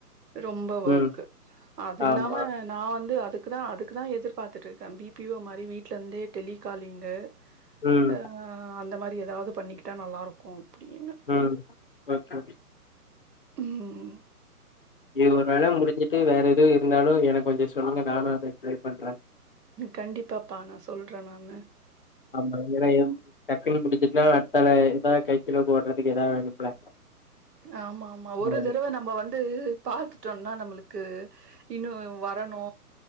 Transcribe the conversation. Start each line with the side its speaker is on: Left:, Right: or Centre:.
Right: ரொம்ப
Left: ம்.
Right: வொக்கு அது இல்லாம
Left: ஆமா.
Right: நா வந்து அதுக்குதா அதுக்குதா எதிர்பார்த்திட்ருக்க பி பீ வோ மாரி வீட்ல இந்தே டெலிகாலிங்கு
Left: ம்,
Right: அ அ அந்த மாரி ஏதாவ்து பண்ணிக்கிட்டா நல்லாருக்கு அப்டின்னு
Left: ம் ஓக்கே
Right: ம்
Left: இது ஒரு வேள முடிஞ்சுட்டு வேற எதுவு இருந்தாலு எனக்கு கொஞ்சொ சொல்லுங்க நானு அத ட்ரை பண்ற
Right: கண்டிப்பா பா நா சொல்ற நான்னு
Left: அம்மா எந்தடைரம் டப்பிங் முடிஞ்சிட்ன்னா அடுத்தால இப்ப கயித்துல போட்றதுக்கு ஏதாவது வேணும்ல
Right: ஆம்மா ஆம்மா ஒரு
Left: ஆமா.
Right: தரவ நம்ப வந்து பாத்துட்டோன்னா நம்முளுக்கு இன்னு வரணு